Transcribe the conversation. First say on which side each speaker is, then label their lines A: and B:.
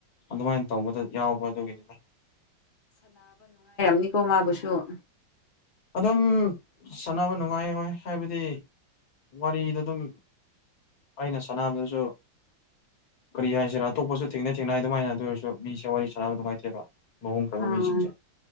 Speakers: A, on the left; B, on the left.
A: ꯑꯗꯨꯃꯥꯏꯅ ꯇꯧꯕꯗ ꯌꯥꯎꯕ ꯑꯗꯨꯒꯤꯅꯤꯅ
B: ꯅꯤꯀꯣ ꯃꯥꯕꯨꯁꯨ
A: ꯑꯗꯨꯝ ꯁꯥꯟꯅꯕ ꯅꯨꯡꯉꯥꯏ ꯍꯣꯏ ꯍꯥꯏꯕꯗꯤ ꯋꯥꯔꯤꯗ ꯑꯗꯨꯝ ꯑꯩꯅ ꯁꯥꯟꯅꯕꯗꯁꯨ ꯀꯔꯤ ꯍꯥꯏꯁꯤꯔꯥ ꯑꯇꯣꯞꯄꯁꯨ ꯊꯦꯡꯅꯩ ꯊꯦꯡꯅ ꯑꯗꯨꯃꯥꯏꯅ ꯑꯗꯨ ꯑꯣꯏꯔꯁꯨ ꯃꯤꯁꯦ ꯋꯥꯔꯤ ꯁꯥꯟꯅꯕ ꯅꯨꯡꯉꯥꯏꯇꯦꯕ ꯃ ꯀꯔ
B: ꯑꯥ
A: ꯃꯤꯁꯤꯡꯤꯡ ꯆ